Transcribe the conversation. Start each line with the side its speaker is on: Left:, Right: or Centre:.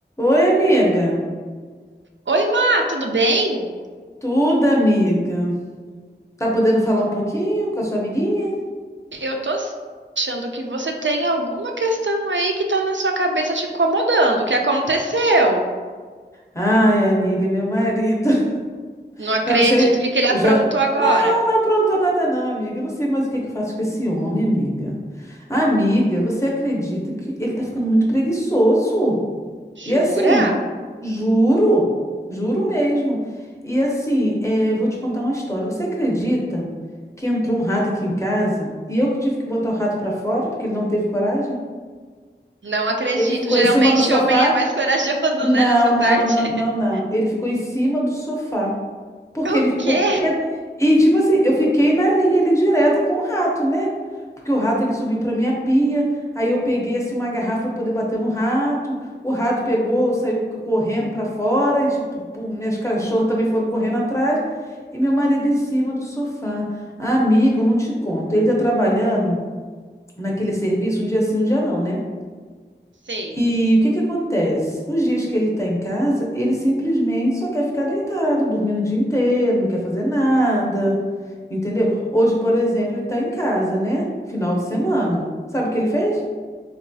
Left: Oi, amiga.
Right: Oi, Má, tudo bem?
Left: Tudo, amiga. Tá podendo falar um pouquinho com a sua amiguinha?
Right: Eu tô achando que você tem alguma questão aí que tá na sua cabeça te incomodando. O que aconteceu?
Left: Ai, amiga, meu marido. <laughs>
Right: Não acredito.
Left: Não, não sei.
Right: O que que ele aprontou
Left: Eu já.
Right: agora?
Left: Não, não aprontou nada, não, amiga. Eu não sei mais o que que eu faço com esse homem, amiga. Amiga, você acredita que ele tá ficando muito preguiçoso?
Right: Jura?
Left: E assim, juro, juro mesmo. E assim, eh, vou te contar uma história. Você acredita que entrou um rato aqui em casa e eu que tive que botar o rato pra fora porque ele não teve coragem?
Right: Não acredito.
Left: Ele ficou
Right: Geralmente
Left: em cima do sofá?
Right: homem é mais <laughs> corajoso,
Left: Não,
Right: né, nessa
Left: não,
Right: parte.
Left: não,
Right: <laughs>
Left: não, não. Ele ficou em cima do sofá. Porque
Right: O
Left: ele ficou
Right: quê?
Left: com medo. E, tipo assim, eu fiquei na linha ali direta com o rato, né? Porque o rato ele subiu pra minha pia. Aí eu peguei assim uma garrafa pra poder bater no rato. O rato pegou, saiu c- correndo pra fora. E, tipo, pô, minhas cachorras também foram correndo atrás. E meu marido em cima do sofá. Ah, Amiga, eu não te conto. Ele tá trabalhando naquele serviço um dia sim, um dia não, né?
Right: Sei.
Left: E
Right: O
Left: o que que acontece? Os dias que ele está em casa, ele simplesmente só quer ficar deitado, dormindo o dia inteiro, não quer fazer nada, entendeu? Hoje, por exemplo, ele está em casa, né? Final de semana. Sabe o que ele fez?